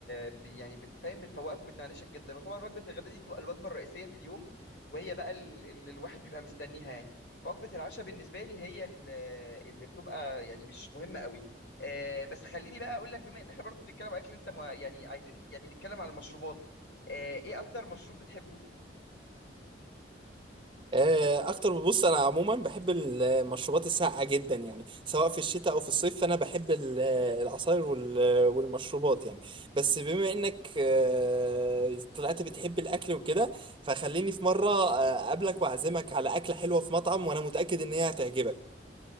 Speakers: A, on the left; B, on the right.
A: بي يعني بتفهم بتفوقك وبتنعنشك جدا وطبعا وجبة الغداء دي تبقى الوجبة الرئيسية في اليوم وهي بقى ال... ال- الواحد بيبقى مستنيها يعني فوجبة العشاء بالنسبة لي هي ال- اللي بتبقى يعني مش مهمة قوي آه بس خليني بقى اقول لك بما ان احنا برضو بنتكلم اكل انت ما يعني عايزين يعني نتكلم على المشروبات آه ايه اكتر مشروب بتحبه
B: آه، أكتر ببص أنا عموما بحب المشروبات الساقعة جدا يعني سواء في الشتاء أو في الصيف فأنا بحب ال- العصاير وال- والمشروبات يعني بس بما إنك آه، طلعت بتحب الأكل وكده فخليني في مرة آه، أقابلك وأعزمك على أكلة حلوة في مطعم وأنا متأكد إن هي هتعجبك